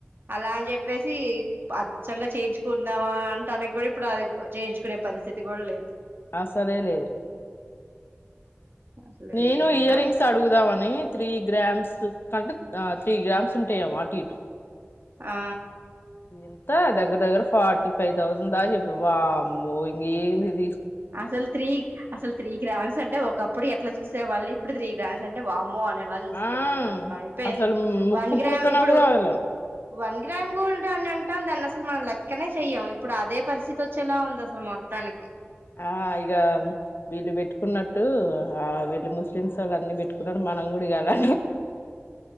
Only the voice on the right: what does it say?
అలా అని చెప్ప అచ్చంగా చేయించుకుందామా అంట అనే కూడా ఇప్పుడు అది చేయించుకునే పరిస్థితి కూడా లేదు
అసలు
ఏంటో
ఆ
అసలు తరి అసలు త్రక రాం అంటే ఒకప్పుడు ఎట్లా చూసేవాళ్ళు ఇప్పుడు త్రీ గ్రామ్స్ అంటే బా అనిలా చూస్తున్నారు
అట్లా అయిపోయింది
వన్ గ్రామ్
ఇప్పుడు
వన్ గ్రామ్ గోల్డ్ అని అే అంట ఉందంన్నఅసలు మనం లెక్కనే చెయము ఇప్పుడు అదే పరిస్థితి వచ్చేలా ఉంది అసలు మొత్తానికి